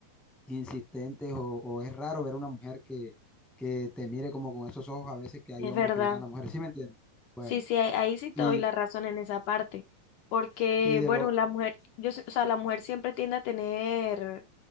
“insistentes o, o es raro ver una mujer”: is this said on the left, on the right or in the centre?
Centre